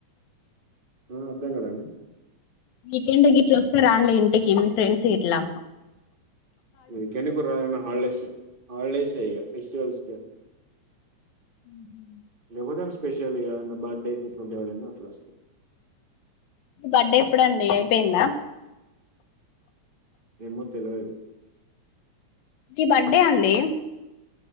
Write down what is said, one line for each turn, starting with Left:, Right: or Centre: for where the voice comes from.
Right: ఆ అర్థం కాలే అండి.
Left: వీకెండ్ గిట్లా ఓస్తారా అండి ఇంటికి మీ ఫ్రెండ్స్ గిట్లా?
Right: వీకెండ్ కి రారు గని హాలిడేస్, హాలిడేసే ఇగ ఫెస్టివల్స్
Left: ఉహు
Right: లేకపోతే ఏమన్న స్పెషల్ ఇగ, ఏమన్న బర్త్డేస్ ఇట్ల ఉంటే ఎవలైన వస్తరు.
Left: బర్త్డే ఎప్పుడండి అయిపోయిందా?
Right: ఏమో తెల్వది
Left: మీ బర్డే అండి.